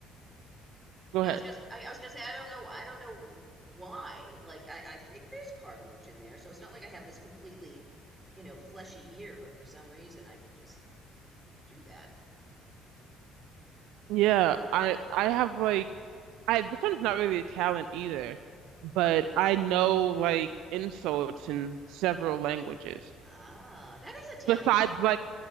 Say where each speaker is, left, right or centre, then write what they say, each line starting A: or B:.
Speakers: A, on the right; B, on the right.
A: go
B: no
A: ahead.
B: i was gonna i, I was gonna say i don't know i don't know why like i i think there's cartilage in there so it's not like i have this completely you know fleshy ear but for some reason i can just do that
A: Yeah, I I have like I this one's not really a talent either, but I know like insults in several languages.
B: ah that is a talent
A: Besides like